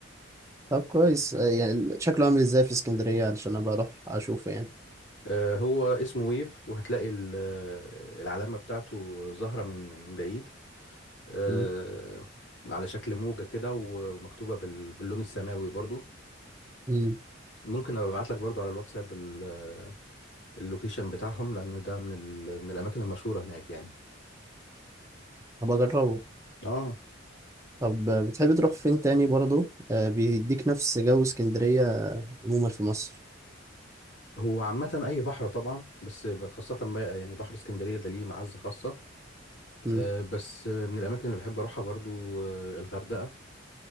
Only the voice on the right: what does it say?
طب كويس آه، يعني شكله عامل ازاي في اسكندرية علشان أبقى أروح أشوفه يعني
مم،
مم.
هبقى أجربه
طب آه، بتحب تروح فين تاني برضه آه، بيديك نفس جو اسكندرية عموما في مصر
مم.